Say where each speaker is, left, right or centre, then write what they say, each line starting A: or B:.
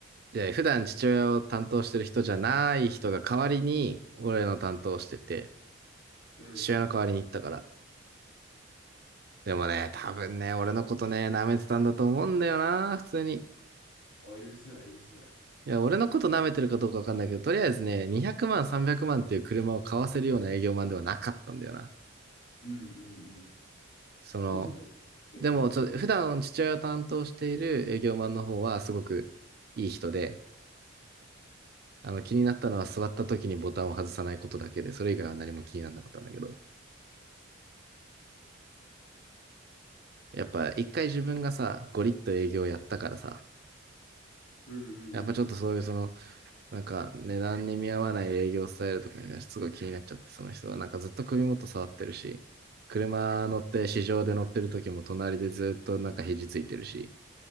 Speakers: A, on the right; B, on the left.
A: いや、普段父親を担当してる人じゃない人が代わりに、俺の担当してて、
B: うん。
A: 父親の代わりに行ったから。でもね、多分ね、俺のことね、舐めてたんだと思うんだよな、普通に。
B: あ、許せない、許せない。
A: いや、俺のこと舐めてるかどうかわかんないけど、とりあえずね、200万、300万っていう車を買わせるような営業マンではなかったんだよな。
B: うんうんうん。
A: その、
B: もうちょっと低め。
A: でも、ちょっと、
B: うん。
A: 普段父親を担当している営業マンの方はすごくいい人で、あの、気になったのは座った時にボタンを外さないことだけで、それ以外は何も気にならなかったんだけど、やっぱ一回自分がさ、ゴリッと営業やったからさ、
B: うんうんうん。
A: やっぱちょっとそういうその、なんか値段に見合わない営業スタイルとかがすごい気になっちゃって、その人は。なんかずっと首元触ってるし、車乗って市場で乗ってる時も隣でずっとなんか肘ついてるし、